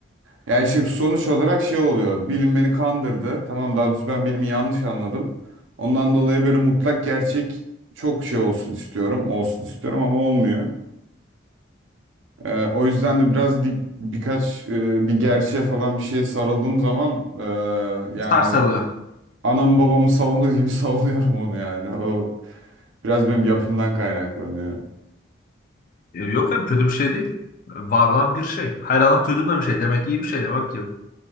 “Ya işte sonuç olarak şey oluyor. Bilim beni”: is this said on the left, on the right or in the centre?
Right